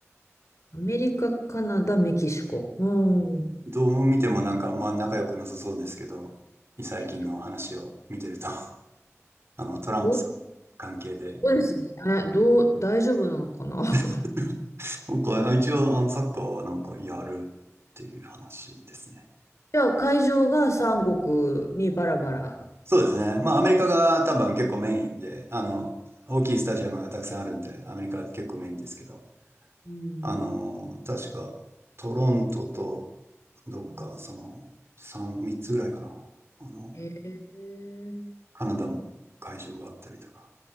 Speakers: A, on the left; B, on the right.
A: アメリカ、カナダ、メキシコ。うん。
B: どう見てもなんかあんま仲良くなさそうですけど、最近の話を見てると、
A: えっと、
B: <laughs> あの、トランプさん関係で、
A: どう、そうですね。えどう、大丈夫なのかな。<laughs>
B: <laughs> なんか一応あのサッカーはなんかやるっていう話ですね。
A: じゃあ、会場が三国にバラバラ。
B: そうですね。まあアメリカが多分結構メインで、あの、大きいスタジアムがたくさんあるんで、アメリカは結構メインですけど、
A: うん。
B: あの、確かトロントとどっかその3、
A: うん
B: 3つぐらいかな。あの、
A: へえ、へ
B: カナダも会場があったりとか。